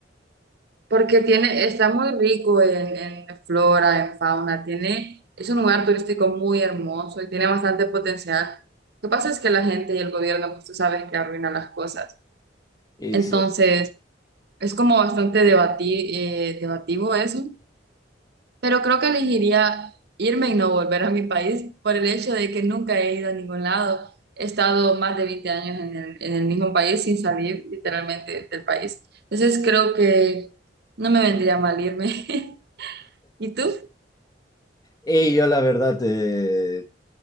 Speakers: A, on the right; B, on the left.
A: Porque tiene, está muy rico en, en flora, en fauna, tiene, es un lugar turístico muy hermoso y tiene bastante potencial. Lo que pasa es que la gente y el gobierno, pues tú sabes que arruinan las cosas.
B: Y
A: Entonces,
B: sí.
A: es como bastante debati- eh, debativo eso, pero creo que elegiría irme y no volver a mi país por el hecho de que nunca he ido a ningún lado. He estado más de 20 años en el, en el mismo país sin salir literalmente del país. Entonces, creo que no me vendría mal irme. <laughs> ¿Y tú?
B: Y yo la verdad, eh,